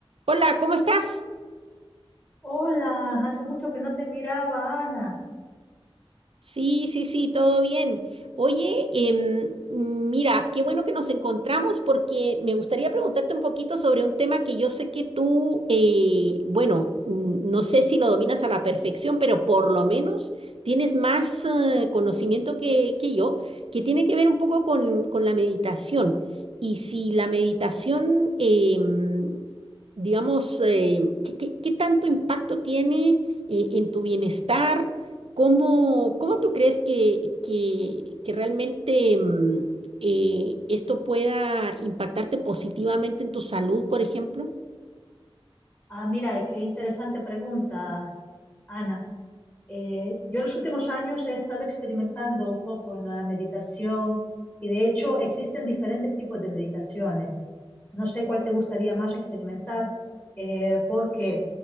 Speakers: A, on the right; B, on the left.
A: Hola, ¿cómo estás?
B: Hola, hace mucho que no te miraba, Ana.
A: Sí, sí, sí, todo bien. Oye, em, mira, qué bueno que nos encontramos porque me gustaría preguntarte un poquito sobre un tema que yo sé que tú, eh, bueno, mm, no sé si lo dominas a la perfección, pero por lo menos tienes más eh, conocimiento que, que yo, que tiene que ver un poco con, con la meditación. Y si la meditación, em, digamos, eh, ¿qué, qué qué tanto impacto tiene eh, en tu bienestar? ¿Cómo, cómo tú crees que, que, que realmente mm, eh, esto pueda impactarte positivamente en tu salud, por ejemplo?
B: Ah, mira, eh, qué interesante pregunta, Ana. Eh, yo en los últimos años he estado experimentando un poco en la meditación y de hecho existen diferentes tipos de meditaciones. No sé cuál te gustaría más experimentar, eh, porque